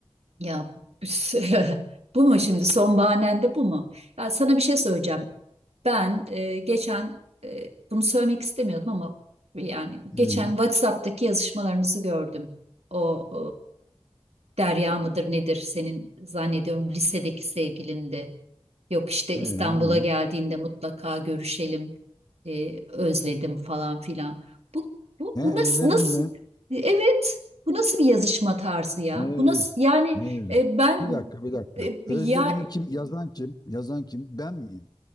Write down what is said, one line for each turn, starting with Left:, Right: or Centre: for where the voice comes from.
Right: Ya <laughs> bu mu şimdi son bahanen de bu mu? Ya sana bir şey söyleyeceğim. Ben e, geçen e, bunu söylemek istemiyordum ama yani geçen
Left: Hı.
Right: WhatsApp'taki yazışmalarınızı gördüm. O Derya mıdır nedir senin zannediyorum lisedeki sevgilindi. Yok işte
Left: Ee,
Right: İstanbul'a
Left: ne olmuş?
Right: geldiğinde mutlaka görüşelim, e, özledim falan filan. Bu, bu,
Left: Ne
Right: bu nasıl,
Left: özledim
Right: nasıl,
Left: mi?
Right: evet bu nasıl bir yazışma tarzı ya?
Left: Ne
Right: Bu
Left: öz-
Right: nasıl, yani
Left: Ne özledim?
Right: e, ben
Left: Bir dakika bir dakika.
Right: e,
Left: Özledim'i
Right: ya
Left: kim? Yazan kim? Yazan kim? Ben miyim?